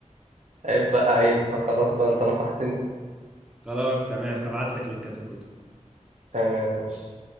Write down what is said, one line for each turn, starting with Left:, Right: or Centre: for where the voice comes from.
Right: عيب بقى عيب بقى، خلاص بقى انت نصحتني
Centre: خلاص تمام هبعت لك لينكات الكتب
Right: تمام ماشي